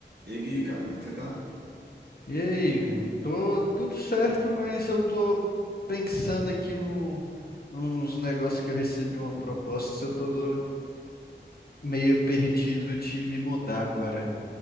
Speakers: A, on the right (about 60°); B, on the left (about 55°).
A: E aí, Gui, cara, como é que você tá?
B: E aí, velho? Tô tudo certo, mas eu tô pensando aqui no nos negócios que eu recebi uma proposta, eu tô meio perdido de me mudar agora.